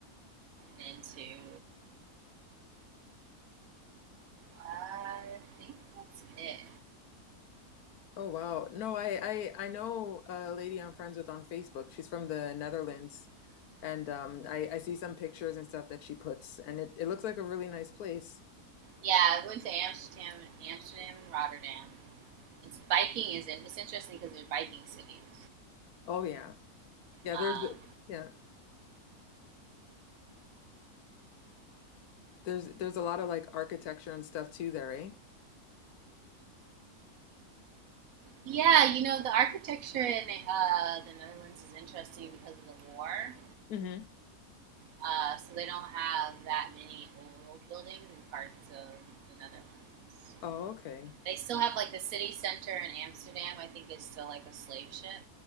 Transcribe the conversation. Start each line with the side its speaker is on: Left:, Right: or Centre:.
Right: Been to uh, I think that's it.
Left: Oh wow. No, I I I know a lady I'm friends with on Facebook. She's from the Netherlands. And um I I see some pictures and stuff that she puts and it it looks like a really nice place.
Right: Yeah, I went to Amsterdam, Amsterdam and Rotterdam. It's biking is in, it's interesting because they're biking cities.
Left: Oh yeah. Yeah,
Right: Um,
Left: there's yeah. There's there's a lot of like architecture and stuff too there, eh?
Right: yeah, you know the architecture in uh, the Netherlands is interesting because of the war.
Left: Mm-hmm.
Right: Uh, so they don't have that many old buildings in parts of the Netherlands.
Left: Oh, okay.
Right: They still have like the city center in Amsterdam. I think is still like a slave ship,